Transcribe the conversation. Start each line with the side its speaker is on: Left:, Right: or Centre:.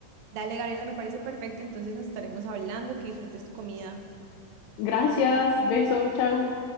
Right: Dale, Gabriela, me parece perfecto. Entonces nos estaremos hablando. Que disfrutes tu comida.
Left: Gracias, beso, chao.